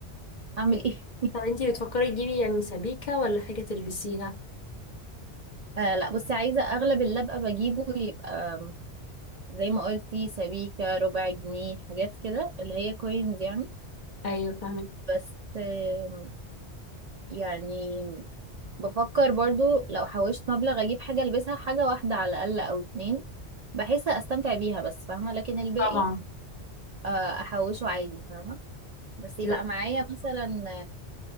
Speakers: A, on the right; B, on the left.
A: أعمل إيه <laughs>
B: طب انتي بتفكري تجيبي يعني سبيكة ولا حاجة تلبسيها
A: آه لا بصي عايزة أغلب اللي أبقى بجيبه يبقى زي ما قلتي سبيكة ربع جنيه حاجات كده اللي هي كوينز يعني
B: ايوه فاهمك
A: بس آم، يعني بفكر برضو لو حوشت مبلغ اجيب حاجة البسها حاجة واحدة على الاقل او اتنين بحيث استمتع بيها بس فاهمة لكن الباقي
B: طبعا
A: آه، احوشه عادي فاهمة بس يبقى
B: لا
A: معايا مثلا